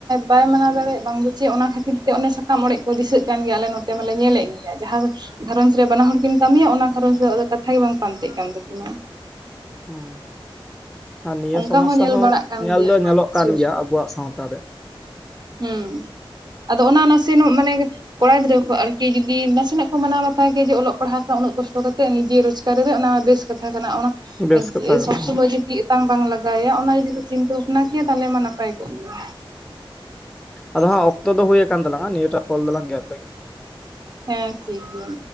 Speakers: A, on the right; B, in the centre.
A: ᱵᱟᱭ ᱢᱟᱱᱟᱣ ᱫᱟᱲᱮᱭᱟᱜ ᱵᱟᱝ ᱫᱚ ᱪᱮᱫ ᱚᱱᱟ ᱠᱷᱟᱹᱛᱤᱨ ᱛᱮ ᱥᱟᱠᱟᱢ ᱚᱲᱮᱡ ᱠᱚ ᱫᱤᱥᱟᱹᱜ ᱠᱟᱱ ᱜᱮᱭᱟᱞᱮ ᱱᱚᱛᱮ ᱢᱟᱞᱮ ᱧᱮᱞᱮᱫ ᱜᱮᱭᱟ ᱡᱟᱦᱟᱸ ᱜᱷᱟᱨᱚᱸᱡᱽ ᱨᱮ ᱵᱟᱱᱟ ᱦᱚᱲ ᱠᱤᱱ ᱠᱟᱹᱢᱤᱭᱟ ᱚᱱᱟ ᱜᱷᱟᱨᱚᱸᱡᱽ ᱨᱮ ᱟᱫᱚ ᱠᱟᱛᱷᱟᱜ ᱜᱮ ᱵᱟᱝ ᱯᱟᱱᱛᱤᱜ ᱠᱟᱱ ᱛᱟᱹᱠᱤᱱᱟ᱾
B: ᱦᱩᱸ ᱟᱨ ᱱᱤᱭᱟᱹ
A: ᱚᱱᱠᱟ
B: ᱥᱚᱢᱚᱥᱥᱟ
A: ᱧᱮᱞ
B: ᱦᱚᱸ
A: ᱵᱟᱲᱟᱜ ᱠᱟᱱ
B: ᱧᱮᱞ
A: ᱜᱮᱭᱟ
B: ᱫᱚ ᱧᱮᱞᱚᱜ ᱠᱟᱱ
A: ᱥᱩᱨ
B: ᱜᱮᱭᱟ ᱟᱵᱚᱣᱟᱜ ᱥᱟᱶᱛᱟ ᱨᱮ
A: ᱦᱮᱸ ᱟᱫᱚ ᱚᱱᱟ ᱱᱟᱥᱮ ᱱᱚᱜ ᱢᱟᱱᱮ ᱠᱚᱲᱟ ᱜᱤᱫᱽᱨᱟᱹᱣᱟᱜ ᱟᱨᱠᱤ ᱡᱩᱫᱤ ᱱᱟᱥᱮᱱᱟᱜ ᱠᱚ ᱢᱟᱱᱟᱣ ᱵᱟᱛᱣᱟ ᱡᱮ ᱚᱞᱚᱜ ᱯᱟᱲᱦᱟᱜ ᱠᱟᱱᱟᱭ ᱩᱱᱟᱹᱜ ᱠᱚᱥᱴᱚ ᱠᱟᱛᱮᱜ ᱱᱤᱡᱮ ᱨᱳᱡᱽᱜᱟᱨ ᱚᱱᱟ ᱵᱮᱥ ᱠᱟᱛᱷᱟ ᱠᱟᱱᱟ ᱚᱱᱟ
B: ᱵᱮᱥ ᱠᱟᱛᱷᱟ ᱠᱟᱱᱟ
A: ᱥᱚᱵᱽ ᱥᱚᱢᱚᱭ <unintelligible> ᱪᱮᱫ ᱟᱛᱟᱝ ᱵᱟᱝ ᱞᱟᱜᱟᱣᱭᱟ᱾ ᱚᱱᱟ ᱡᱩᱫᱤ ᱠᱚ ᱪᱤᱱᱛᱟᱹ ᱵᱷᱟᱵᱽᱱᱟ ᱠᱮᱭᱟ ᱛᱟᱦᱚᱞᱮ ᱢᱟ ᱱᱟᱯᱟᱭ ᱠᱚᱜ ᱜᱮᱭᱟ᱾
B: ᱟᱫᱚ ᱦᱟᱸᱜ ᱚᱠᱛᱚ ᱫᱚ ᱦᱩᱭ ᱟᱠᱟᱱ ᱛᱟᱞᱟᱝᱼᱟ᱾ ᱱᱤᱭᱟᱹᱴᱟᱜ ᱠᱚᱞ ᱫᱚᱞᱟᱝ ᱜᱮᱫ ᱞᱮᱜᱮ᱾
A: ᱦᱮᱸ ᱴᱷᱤᱠ ᱜᱮᱭᱟ᱾